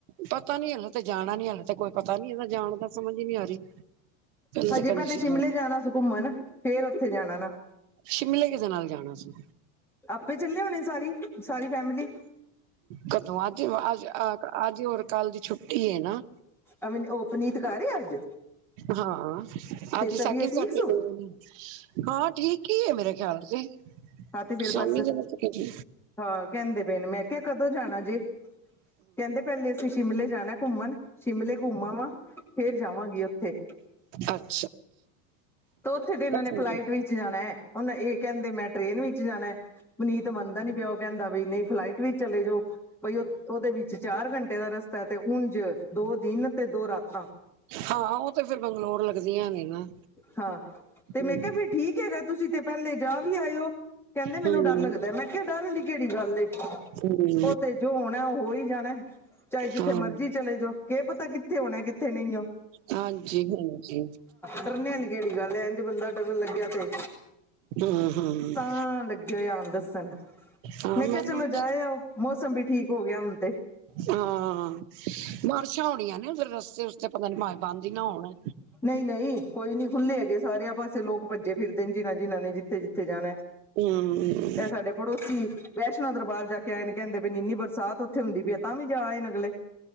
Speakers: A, on the right; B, in the centre.
A: ਪਤਾ ਨੀ ਹਲੇ ਤੇ ਜਾਣਾ ਨੀ ਹਲੇ ਤੇ ਕੋਈ ਪਤਾ ਨੀ ਹੈਗਾ ਜਾਨ ਦਾ ਸਮਝ ਹੀ ਨਹੀਂ ਆ ਰਹੀ। ਤੇ
B: ਹਜੇ
A: ਕਹਿੰਦੀ
B: ਪਹਿਲੇ
A: ਸੀ
B: ਸ਼ਿਮਲੇ ਜਾਣਾ ਸੀ ਘੁੰਮਣ ਫੇਰ ਉੱਥੇ ਜਾਣਾ ਨਾ।
A: ਸ਼ਿਮਲੇ ਕਿਹਦੇ ਨਾਲ ਜਾਣਾ ਸੀ।
B: ਆਪੇ ਚੱਲੇ ਹੋਣੇ ਸਾਰੀ ਸਾਰੀ ਫੈਮਿਲੀ।
A: ਕਦੋਂ ਅੱਜ ਅੱਜ ਅੱਜ ਔਰ ਕੱਲ ਦੀ ਛੁੱਟੀ ਏ ਨਾ।
B: ਅ ਉਹ ਓਪਨੀਤ ਘਰ ਏ ਅੱਜ।
A: ਹਾਂ, ਅੱਜ
B: ਤਬੀਅਤ
A: ਸੈਕੰਡ
B: ਠੀਕ
A: ਸੈਟਰੜੇ
B: ਸੂ
A: <unintelligible> ਹਾਂ ਠੀਕ ਈ ਏ ਮੇਰੇ ਖਿਆਲ ਤੇ,
B: ਹਾਂ ਤੇ ਫੇਰ
A: ਸ਼ਾਮੀ
B: ਬਸ
A: ਦੇ <unintelligible>
B: ਹਾਂ ਕਹਿੰਦੇ ਪਏ ਨੇ, ਮੈਂ ਕਿਹਾ ਕਦੋਂ ਜਾਨਾ ਜੇ? ਕਹਿੰਦੇ ਪਹਿਲੇ ਅਸੀਂ ਸ਼ਿਮਲੇ ਜਾਨਾ ਐ ਘੁੰਮਨ। ਸ਼ਿਮਲੇ ਘੁੰਮ ਆਵਾਂ ਫੇਰ ਜਾਵਾਂਗੀ ਓਥੇ।
A: ਅੱਛ
B: ਤੋਂ ਓਥੇ ਤੇ ਏਨਾਂ ਨੇ
A: ਹੂੰ,
B: ਫਲਾਈਟ ਵਿੱਚ ਜਾਨਾ ਐ, ਹੁਨ ਐ ਕਹਿੰਦੇ ਮੈਂ ਟ੍ਰੇਨ ਵਿੱਚ ਜਾਨਾ ਐ। ਪੁਨੀਤ ਮੰਨਦਾ ਨੀ ਪਿਆ ਓ ਕਹਿੰਦਾ ਵੀ ਨਈ ਫਲਾਈਟ ਵਿੱਚ ਚਲੇ ਜਾਓ। ਬਈ ਓ ਓਦੇ ਵਿੱਚ ਚਾਰ ਘੰਟੇ ਦਾ ਰਸਤਾ ਐ ਤੇ ਉਂਝ ਦੋ ਦਿਨ ਤੇ ਦੋ ਰਾਤਾਂ।
A: ਹਾਂ ਓ ਤੇ ਫਿਰ ਬੰਗਲੋਰ ਲੱਗਦੀਆਂ ਨੇ ਨਾ।
B: ਹਾਂ, ਤੇ
A: ਹੂੰ।
B: ਮੈਂ ਕਿਹਾ ਵੀ ਠੀਕ ਹੈਗਾ ਤੁਸੀਂ ਤੇ ਪਹਿਲੇ ਜਾ ਵੀ ਆਏ ਓ। ਕਹਿੰਦੇ ਮੈਨੂੰ
A: ਹੂੰ,
B: ਡਰ ਲੱਗਦਾ, ਮੈਂ ਕਿਹਾ ਡਰ ਵਾਲੀ ਕਿਹੜੀ ਗੱਲ ਏ?
A: ਹੂੰ,
B: ਓ ਤੇ ਜੋ ਹੋਣਾ ਵਿਆਹ ਹੋ ਹੀ ਜਾਨਾ ਐ, ਚਾਹੇ ਜਿੱਥੇ
A: ਹਾਂ,
B: ਮਰਜ਼ੀ ਚਲੇ ਜੋ ਕੇ ਪਤਾ ਕਿੱਥੇ ਹੋਣਾ ਕਿੱਥੇ ਨਈ ਓ।
A: ਹਾਂਜੀ-ਹਾਂਜੀ।
B: ਡਰਨੇ ਆਲੀ ਕਿਹੜੀ ਗੱਲ ਹੈ, ਇੰਜ ਬੰਦਾ ਡਰਨ ਲੱਗਿਆ ਤੇ
A: ਹੂੰ,
B: ਤਾਂ ਲੱਗੇ ਹੋਏ ਆਨ ਦੱਸਨ।
A: ਹਾਂ
B: ਮੈਂ ਕਿਹਾ
A: ਮੈਨੂੰ
B: ਚਲੋ ਜਾਇ
A: ਹਾਂ,
B: ਆਓ, ਮੌਸਮ ਵੀ ਠੀਕ ਹੋ ਗਿਆ ਹੁਨ ਤੇ।
A: ਹਾਂ ਬਾਰਿਸ਼ਾਂ ਹੋਣੀਆਂ ਨੇ, ਉਧਰ ਰਸਤੇ-ਰੁਸਤੇ ਪਤਾ ਨੀ ਭਾਵੇਂ ਬੰਦ ਹੀ ਨਾ ਹੋਨ।
B: ਨਈ-ਨਈ ਕੋਈ ਨੀ, ਖੁੱਲ੍ਹੇ ਹੈਗੇ ਸਾਰੇ ਆਪਾਂ ਸਾਰੇ ਲੋਕ ਭੱਜੇ ਫਿਰਦੇ ਨੇ, ਜਿਨ੍ਹਾਂ-ਜਿਨ੍ਹਾਂ ਨੇ ਜਿੱਥੇ-ਜਿੱਥੇ ਜਾਨਾ ਐ।
A: ਹੂੰ।
B: ਐ ਸਾਡੇ ਪੜੋਸੀ ਵੈਸ਼ਨੋ ਦਰਬਾਰ ਜਾ ਕੇ ਆਏ ਨੇ, ਕਹਿੰਦੇ ਪਏ ਇੰਨੀ ਬਰਸਾਤ ਓਥੇ ਹੁੰਦੀ ਪਈ ਐ ਤਾਂ ਵੀ ਜਾ ਆਏ ਨੇ ਅਗਲੇ।